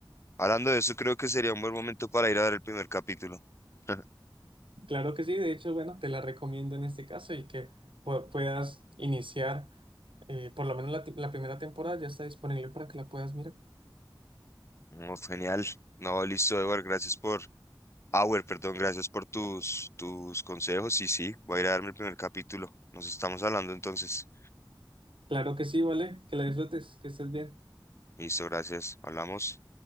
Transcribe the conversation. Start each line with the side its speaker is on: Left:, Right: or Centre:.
Left: Hablando de eso, creo que sería un buen momento para ir a ver el primer capítulo. <laughs>
Right: Claro que sí, de hecho, bueno, te la recomiendo en este caso y que pu- puedas iniciar Eh, por lo menos la, ti- la primera temporada ya está disponible para que la puedas mirar.
Left: No, genial. No, listo, Edward, gracias por, Auer, perdón, gracias por tus, tus consejos. Sí, sí, voy a ir a darme el primer capítulo. Nos estamos hablando entonces.
Right: Claro que sí, vale. Que la disfrutes, que estés bien.
Left: Listo, gracias. Hablamos.